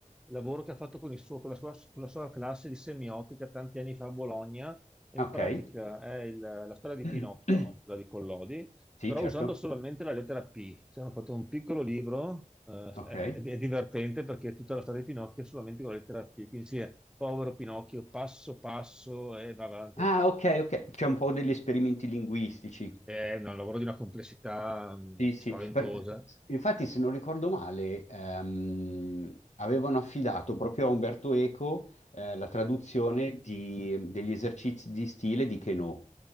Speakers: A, in the centre; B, on the left.
A: lavoro che ha fatto con il suo- con la sua, con la sua classe di semiotica tanti anni fa a Bologna. E
B: Ok.
A: in pratica è il- la storia di
B: <clears throat>
A: Pinocchio, quella di Collodi,
B: Sì,
A: però
B: certo.
A: usando solamente la lettera P. Ci hanno fatto un piccolo libro, eh,
B: Ok.
A: è, è- è divertente perché è tutta la storia di Pinocchio solamente con la lettera P. Quindi sì, è Povero Pinocchio, passo passo e va avanti.
B: Ah, ok, ok. C'è un po' degli esperimenti linguistici.
A: È un lavoro di una complessità mh,
B: Sì, sì,
A: spaventosa,
B: perché- infatti se non ricordo male, ehm, avevano affidato proprio a Umberto Eco eh, la traduzione di- degli esercizi di stile di Queneau.